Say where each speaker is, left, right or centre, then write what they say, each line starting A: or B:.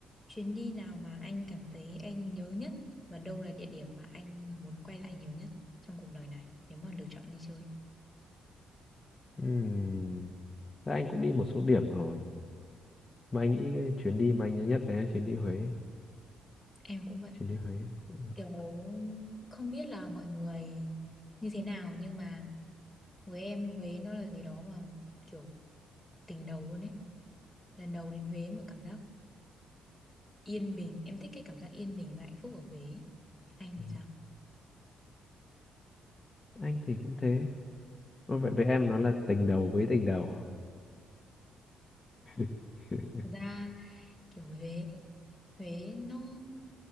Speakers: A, in the centre; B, on the left.
A: Chuyến đi nào mà anh cảm thấy anh nhớ nhất và đâu là địa điểm mà anh muốn quay lại nhiều nhất trong cuộc đời này nếu mà được chọn đi chơi?
B: Ừm, Thế anh cũng đi một số điểm rồi. Mà anh nghĩ cái chuyến đi mà anh nhớ nhất đấy là chuyến đi Huế.
A: Em cũng vậy.
B: Chuyến đi Huế. Ừ.
A: Kiểu không biết là mọi người như thế nào nhưng mà với em Huế nó là gì đó mà kiểu tình đầu luôn ấy. Lần đầu đến Huế mà cảm giác yên bình, em thích cái cảm giác yên bình và hạnh phúc ở Huế. Anh
B: Ừ.
A: thì sao?
B: Anh thì cũng thế. Có Vậy với em nó là tình đầu với tình đầu. <laughs>
A: Thực ra kiểu Huế, Huế nó